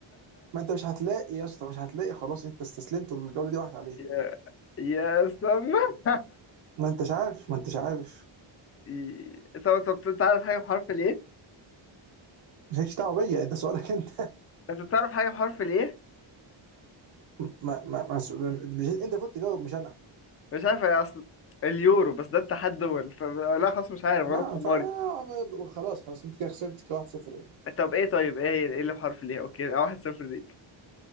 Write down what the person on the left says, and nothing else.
<laughs>
يا يا استنى
ي... طب طب انت عارف حاجة بحرف ليه؟
انت بتعرف حاجة بحرف ليه؟
مش عارف يا اصل اليورو بس ده اتحاد دول ف... لا خلاص مش عارف
غلب
حماري
طب ايه طيب ايه هي ايه اللي بحرف ليه؟ اوكي واحد صفر ليك